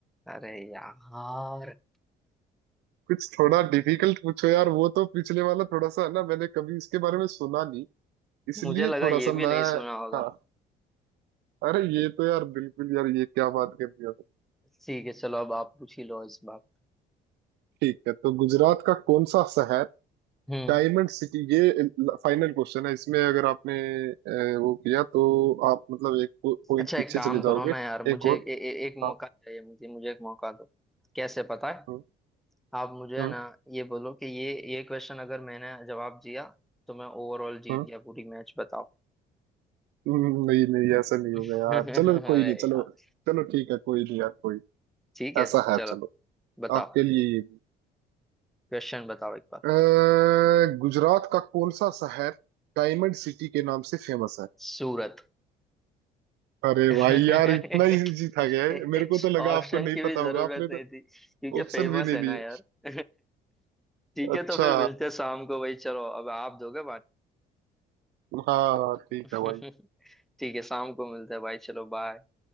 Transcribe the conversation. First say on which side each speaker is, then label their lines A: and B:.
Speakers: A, in the centre; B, on the right (about 80°).
A: अरे यार
B: कुछ थोड़ा डिफिकल्ट पूछो यार वो तो पिछले वाला थोड़ा सा है ना मैंने कभी इसके बारे में सुना नहीं इसलिए
A: <laughs> मुझे लगा
B: थोड़ा
A: ये
B: सा मैं
A: भी नहीं सुना होगा
B: हाँ अरे ये तो यार बिल्कुल यार ये क्या बात कर दिया तो
A: ठीक है चलो अब आप पूछ ही लो इस बात
B: ठीक है तो गुजरात का कौन सा शहर
A: हम्म
B: डायमंड सिटी ये फाइनल क्वेश्चन है इसमें अगर आपने अ, वो किया तो आप मतलब एक पॉइंट
A: अच्छा
B: पीछे
A: एक काम
B: चले
A: करो
B: जाओगे
A: ना यार मुझे
B: एक और
A: ए, ए, एक मौका
B: हाँ
A: चाहिए मुझे मुझे एक मौका दो कैसे पता है
B: हाँ
A: आप मुझे
B: हाँ
A: ना ये बोलो कि ये ये क्वेश्चन अगर मैंने जवाब दिया तो मैं ओवरऑल जीत
B: हाँ,
A: गया पूरी मैच बताओ
B: हम्म, नहीं नहीं ऐसा नहीं
A: <laughs>
B: होगा यार चलो
A: अरे
B: कोई नहीं चलो
A: यार
B: चलो ठीक है कोई नहीं यार कोई
A: ठीक है
B: ऐसा है
A: चलो
B: चलो
A: बताओ
B: आपके लिए ये भी
A: क्वेश्चन बताओ एक बार
B: अ, गुजरात का कौन सा शहर डायमंड सिटी के नाम से फेमस है
A: सूरत
B: अरे
A: <laughs> ऑप्शन
B: भाई यार इतना इजी था गया है मेरे को तो लगा आपको नहीं
A: की भी
B: पता
A: जरूरत
B: होगा आपने
A: नहीं
B: तो
A: थी क्योंकि
B: ऑप्शन
A: फेमस
B: भी नहीं
A: है
B: लिए
A: ना यार <laughs> ठीक
B: अच्छा
A: है तो फिर मिलते हैं शाम को भाई चलो अब आप दोगे
B: हाँ हाँ, ठीक
A: पार्टी
B: है भाई
A: <laughs> ठीक है शाम को मिलते हैं भाई चलो बाय